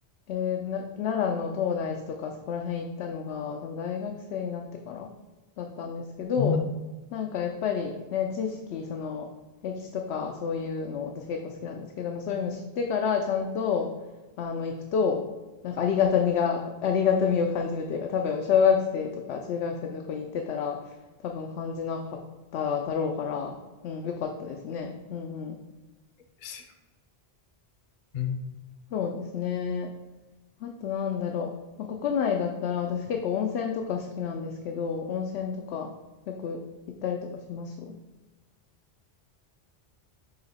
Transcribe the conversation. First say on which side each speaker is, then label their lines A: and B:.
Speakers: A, on the left; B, on the left.
A: えーな、奈良の東大寺とかそこら辺行ったのが、多分大学生になってからだったんですけど、
B: そう
A: なんかやっぱりね、知識、その、歴史とかそういうの私結構好きなんですけど、まあそういうの知ってからちゃんと、あの、行くと、なんかありがたみが、ありがたみを感じるというか、多分小学生とか中学生のとこに行ってたら、多分感じなかっただろうから、うん、よかったですね。うんうん。
B: ですよ。うん。
A: そうですね。あとなんだろう。まあ、国内だったら私結構温泉とか好きなんですけど、温泉とかよく行ったりとかします